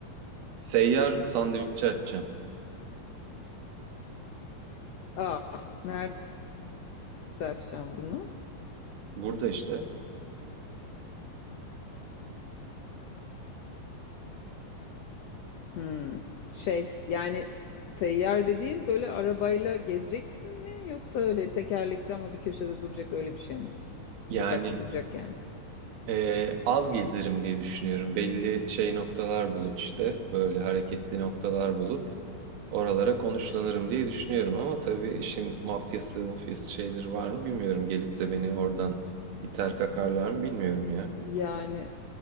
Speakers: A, on the right; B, on the left.
A: Seyyar sandviççi açacağım.
B: Ah, nerede açacağım bunu?
A: Burada işte.
B: Hmm. Şey yani s- seyyar dediğin böyle arabayla gezeceksin mi? Yoksa öyle tekerlekli ama bir köşede duracak öyle bir şey mi?
A: Yani
B: Sokakta duracak yani.
A: e, az gezerim diye düşünüyorum. Belli şey noktalar bulup işte böyle hareketli noktalar bulup oralara konuşlanırım diye düşünüyorum. Ama tabii işin mafyası mufyası şeyleri var mı bilmiyorum. Gelip de beni oradan iter kakarlar mı bilmiyorum ya.
B: Yani